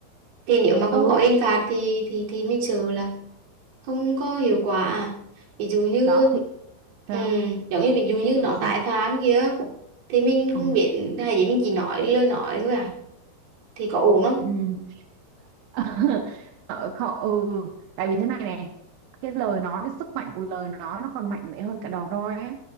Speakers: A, on the right (about 60°); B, on the right (about 80°).
A: thì nếu mà không
B: ừ
A: có hình phạt thì thì thì mình sợ là không có hiệu quả ví dụ như
B: đó thì sao
A: ừm, giống như ví dụ như
B: ví dụ
A: nó
B: sao
A: tái phạm kia thì mình không
B: ừ
A: biết hay gì mình chỉ nói lời nói thôi à thì có ổn không
B: ừ <laughs> Ờ, không, ừ tại vì thế này này cái lời nói cái sức mạnh của lời nói nó còn mạnh mẽ hơn cả đòn roi á